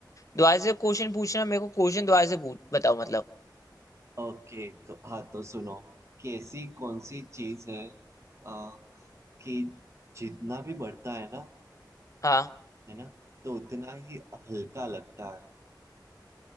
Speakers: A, on the left; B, on the right.
A: दोबारा से क्वेश्चन पूछना मेरे को क्वेश्चन दोबारा से पूछ बताओ मतलब
B: ओके तो हाँ तो सुनो कि ऐसी कौन सी चीज है आ, कि जितना भी बढ़ता है ना
A: हाँ
B: है ना तो उतना ही हल्का लगता है